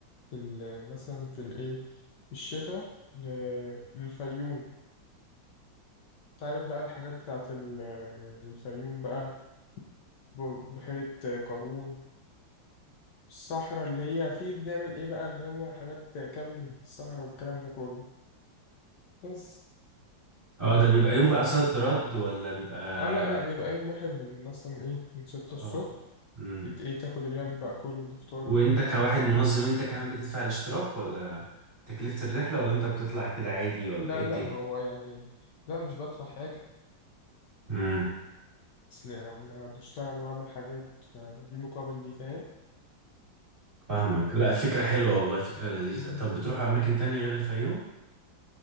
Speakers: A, on the left (about 65°); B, on the right (about 30°).
A: في ال- آه، مثلا في الإيه في الشتاء ل- للفيوم تعرف بقى الحاجات بتاعة ال- آه، الفيوم بقى ب- بحيرة قارون الصحراء اللي هي فيه بنعمل إيه بقى اللي هو حاجات كامبينج في الصحراء والكلام ده كله بس
B: اه ده بيبقى
A: دي
B: يوم
A: مثلا
B: بقى صد رد ولا بيبقى
A: آه لا لا بيبقى يوم واحد من مثلا إيه من ستة الصبح
B: اه امم
A: بت إيه تاخد اليوم بقى كله بفطار
B: وانت
A: ب...
B: كواحد منظم
A: ب-
B: انت كمان بتدفع الاشتراك ولا تكلفة الرحلة ولا انت بتطلع كده عادي ولا
A: لا
B: ايه الدنيا
A: لا ما هو يعني لا مش بدفع حاجة
B: امم
A: أصل أنا بشتغل وأعمل حاجات دي مقابل دي فاهم
B: فاهمك لا فكرة حلوة والله فكرة لذيذة
A: مم.
B: طب بتروحوا اماكن تانية غير الفيوم